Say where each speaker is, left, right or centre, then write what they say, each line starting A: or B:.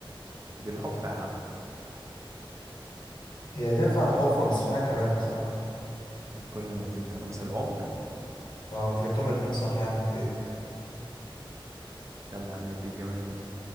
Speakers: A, on the right (about 35°); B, on the left (about 55°).
A: دي الحفرة يا عم
B: هي تنفع الحفرة بس في حاجة كمان بصراحة
A: كل ما زدت نقص العمر
B: أه أنت جبتهم الاتنين صح يا عم في إيه
A: يلا يا عم عد الجمايل أهو.